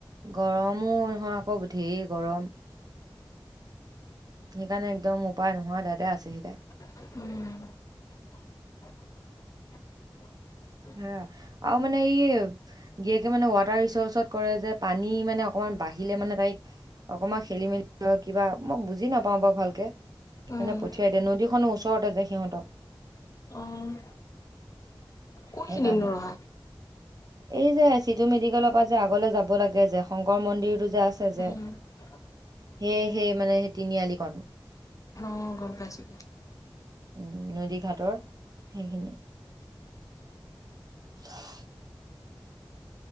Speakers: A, on the right (about 50°); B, on the left (about 40°).
A: গৰমো নহয় আকৌ ধেৰ গৰম! সেইকাৰণে, একদম উপায় নোহোৱাত, ইয়াতে আছেহি তাই।
B: উম, <inaudible>
A: উম' অ মানে এই। গিৰীয়েকে মানে ৱাটাৰ ৰিচৰ্চত কৰে যে, পানী মানে অকমান বাঢ়িলে মানে তাইক। অকমান খেলি মেলি লৈ কিবা, মই বুজি নাপাওঁ বাও ভালকে।
B: উম,
A: এনে পঠিয়াই দে, নদীখনো ওচৰতে যে সিহঁতৰ।
B: অ', কোনখিনিতনো
A: সেকাৰণে।
B: ৰহাত?
A: এই যে চিটু মেডিকেলৰ পৰা যে আগলে যাব লাগে যে, শংকৰ মন্দিৰটো যে আছে যে।
B: <unintelligible>
A: সেই হে মানে, সেই তিনি‌ আলিকণ।
B: অ' গম পাইছো।
A: উম, নদী ঘাটৰ সেইখিনি। <unintelligible>